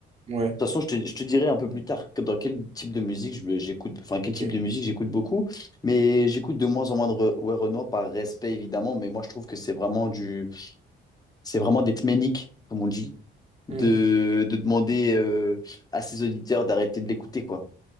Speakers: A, on the right; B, on the left.
A: Ouais,
B: De toute façon, je te, je te dirai un peu plus tard que- dans quel type de musique je, me- j'écoute, enfin quel
A: ok.
B: type de musique j'écoute beaucoup, mais j'écoute de moins en moins de re- ouais Renoir par respect évidemment, mais moi je trouve que c'est vraiment du, c'est vraiment d'être ménique, comme on dit, de,
A: Hmm,
B: de demander euh, à ses auditeurs d'arrêter de l'écouter quoi.